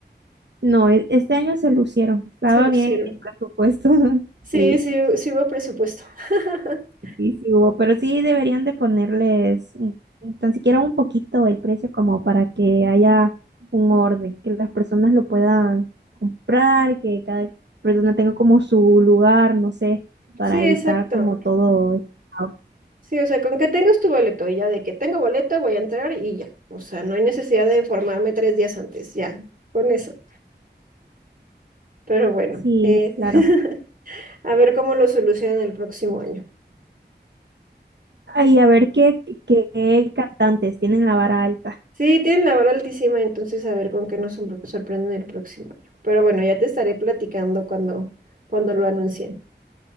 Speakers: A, on the right; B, on the right.
A: No, e- este año se lucieron, estaba
B: Se lucieron.
A: bien el presupuesto, <laughs>
B: Sí,
A: sí,
B: sí, hu- sí hubo presupuesto. <laughs>
A: sí, sí hubo, pero sí deberían de ponerles un- un- tan siquiera un poquito el precio como para que haya un orden, que las personas lo puedan comprar, que cada persona tenga como su lugar, no sé, para
B: Sí,
A: evitar
B: exacto.
A: como todo este caos.
B: Sí, o sea, con que tengas tu boleto y ya de que tengo boleto voy a entrar y ya. O sea, no hay necesidad de informarme tres días antes, ya, con eso. Pero bueno,
A: Sí,
B: eh,
A: claro.
B: <laughs> A ver cómo lo solucionan el próximo año.
A: Ay, a ver qué, qué qué cantantes tienen la vara alta.
B: Sí, tienen la vara altísima, entonces a ver con qué nos sor- sorprenden el próximo año. Pero bueno, ya te estaré platicando cuando, cuando lo anuncien.